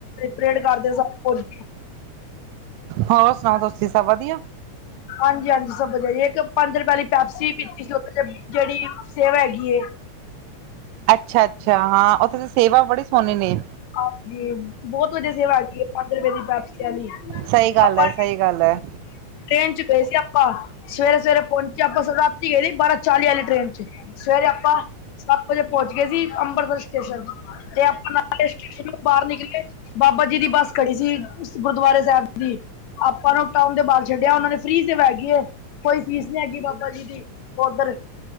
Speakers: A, on the left; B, on the right.
A: ਪਰੇਡ ਕਰਦੇ ਸਨ ਕੁਜ
B: ਹੋਰ ਸੁਣਾਓ ਤੁਸੀਂ ਸਭ ਵਧੀਆ?
A: ਹਾਂਜੀ ਹਾਂਜੀ। ਸਭ ਵਧੀਆ ਜੀ ਇੱਕ ਪੰਜ ਰੁਪਏ ਪੈਪਸੀ ਪੀਤੀ ਸੀ ਉੱਥੇ ਜਿਹੜੀ ਸੇਵਾ ਹੈਗੀ ਏ।
B: ਅੱਛਾ ਅੱਛਾ ਹਾਂ ਉੱਥੇ ਦੀ ਸੇਵਾ ਬੜੀ ਸੁਣੀ ਨੇ।
A: ਹਾਂਜੀ ਬਹੁਤ ਵਧੀਆ ਸੇਵਾ ਹੈਗੀਏ ਪੰਜ ਰੁਪਏ ਦੀ ਪੈਪਸੀ ਵਾਲੀ।
B: ਸਹੀ ਗੱਲ
A: ਆਪਾਂ
B: ਹੈ, ਸਹੀ ਗੱਲ ਹੈ।
A: ਟ੍ਰੇਨ ਚ ਗਏ ਸੀ ਆਪਾਂ ਸਵੇਰੇ -ਸਵੇਰੇ ਪਹੁੰਚੇ ਆਪਾਂ ਰਾਤੀ ਗਏ ਸੀ ਬਾਰਾਂ ਚਾਲੀ ਵਾਲੀ ਟ੍ਰੇਨ ਚ। ਸਵੇਰੇ ਆਪਾਂ ਸੱਤ ਵਜੇ ਪਹੁੰਚ ਗਏ ਸੀ ਅੰਮ੍ਰਿਤਸਰ ਸਟੇਸ਼ਨ ਤੇ ਆਪਾਂ ਨਾਲ ਸਟੇਸ਼ਨ ਤੋਂ ਬਾਹਰ ਨਿਕਲੇ ਬਾਬਾ ਜੀ ਦੀ ਬੱਸ ਖੜੀ ਸੀ ਗੁਰਦੁਆਰੇ ਸਾਹਿਬ ਦੀ। ਆਪਾਂ ਨੂੰ ਟਾਊਨ ਦੇ ਬਾਹਰ ਛੱਡਿਆ ਉਹਨਾਂ ਦੇ ਫ੍ਰਰੀ ਸੇਵਾ ਹੈਗੀ ਏ, ਕੋਈ ਫੀਸ ਨੀ ਹੈਗੀ ਬਾਬਾ ਜੀ ਦੀ। ਉਧਰ